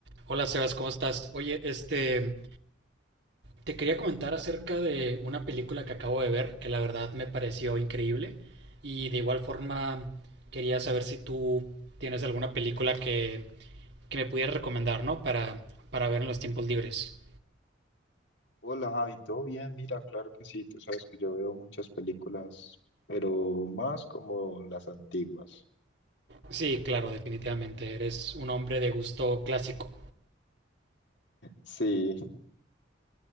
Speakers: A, on the right (about 60°); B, on the left (about 60°).
A: Hola Sebas, ¿cómo estás? Oye, este, te quería comentar acerca de una película que acabo de ver, que la verdad me pareció increíble, y de igual forma quería saber si tú tienes alguna película que, que me pudieras recomendar, ¿no? Para, para ver en los tiempos libres.
B: Hola Javi, ¿todo bien? Mira, claro que sí, tú sabes que yo veo muchas películas, pero más como las antiguas.
A: Sí, claro, definitivamente, eres un hombre de gusto clásico.
B: Sí, <laughs>